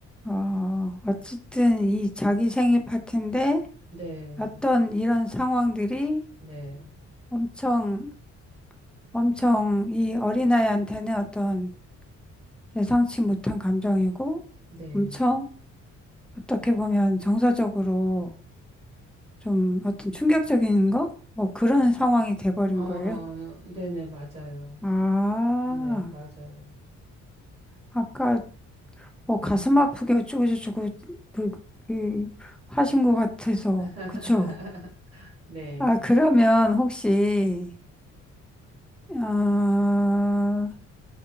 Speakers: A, in the centre; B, on the right.
A: 어, 어쨌든 이 자기 생일 파티인데
B: 네,
A: 어떤 이런 상황들이
B: 네,
A: 엄청, 엄청 이 어린아이한테는 어떤 예상치 못한 감정이고
B: 네.
A: 엄청 어떻게 보면 정서적으로 좀 어떤 충격적인 거? 뭐 그런 상황이 돼버린
B: 어,
A: 거예요.
B: 네네, 맞아요.
A: 아,
B: 네, 맞아요.
A: 아까 뭐 가슴 아프게 어쩌고저쩌고 그, 그 하신 것 같아서
B: <laughs>
A: 그쵸?
B: 네,
A: 아, 그러면 혹시 아,